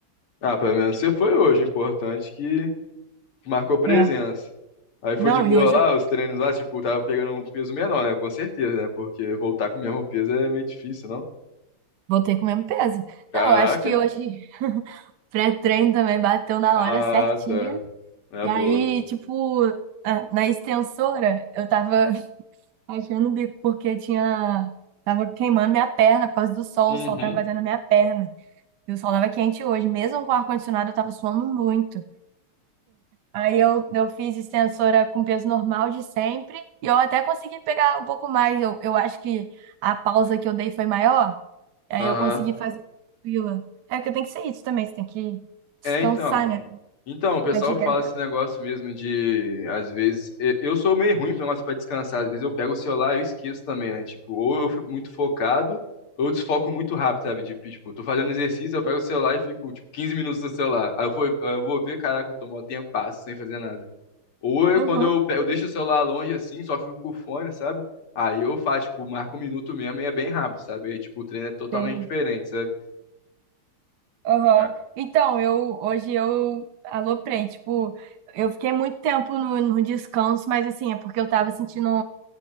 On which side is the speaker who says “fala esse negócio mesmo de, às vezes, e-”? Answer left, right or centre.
Left